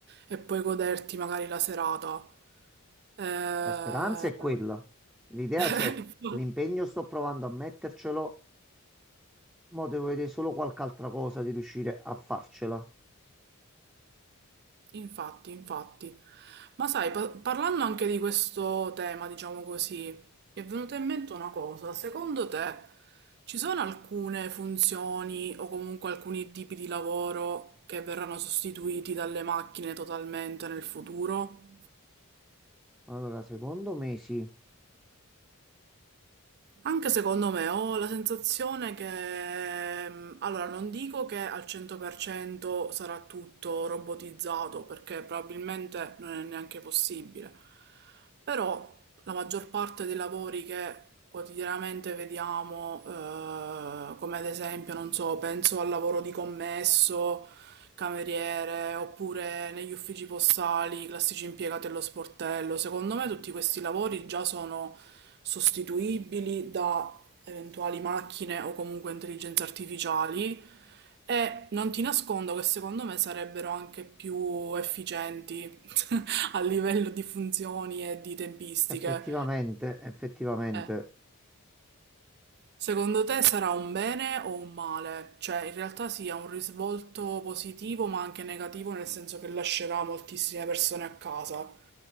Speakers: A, on the right (about 50°); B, in the centre.
A: e puoi goderti magari la serata. Eh...
B: La speranza è quella, l'idea
A: <laughs>
B: c'è, l'impegno sto provando a mettercelo, ma devo vedere solo qualche altra cosa di riuscire a farcela.
A: Infatti, infatti. Ma sai, pa- parlando anche di questo tema, diciamo così, mi è venuta in mente una cosa. Secondo te ci sono alcune funzioni o comunque alcuni tipi di lavoro che verranno sostituiti dalle macchine totalmente nel futuro?
B: Allora, secondo me sì,
A: Anche secondo me ho la sensazione che, mm, allora non dico che al 100% sarà tutto robotizzato, perché probabilmente non è neanche possibile, però la maggior parte dei lavori che quotidianamente vediamo, eh, come ad esempio, non so, penso al lavoro di commesso, cameriere, oppure negli uffici postali, i classici impiegati allo sportello, secondo me tutti questi lavori già sono sostituibili da eventuali macchine o comunque intelligenze artificiali e non ti nascondo che secondo me sarebbero anche più efficienti <laughs> a livello di funzioni e di tempistiche
B: effettivamente, effettivamente.
A: Eh, secondo te sarà un bene o un male cioè in realtà sia un risvolto positivo ma anche negativo nel senso che lascerà moltissime persone a casa